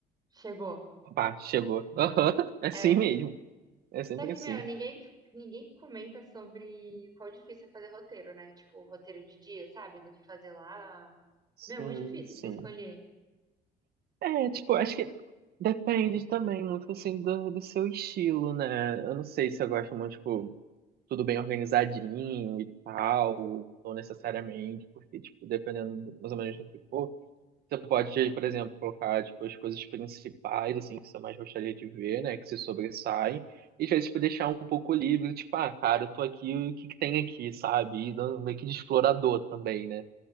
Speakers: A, on the right; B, on the right.
A: chegou.
B: Pá, chegou. Aham. É assim
A: É.
B: mesmo. É sempre
A: Só que,
B: assim.
A: meu, ninguém, ninguém comenta sobre quão difícil é fazer roteiro, né? Tipo, roteiro de dia, sabe? Do que fazer lá.
B: Sim,
A: Meu, é muito difícil
B: sim.
A: você escolher.
B: É, tipo, acho que depende também muito, assim, do, do seu estilo, né? Eu não sei se eu gosto muito, tipo, tudo bem organizadinho e tal, não necessariamente, porque, tipo, dependendo do- mais ou menos do que for. Você pode, por exemplo, colocar tipo, as coisas principais assim que você mais gostaria de ver, né? Que se sobressaem. E às vezes tipo, deixar um pouco livre, tipo, ah, cara, eu tô aqui, o que que tem aqui, sabe? E dando meio que de explorador também, né?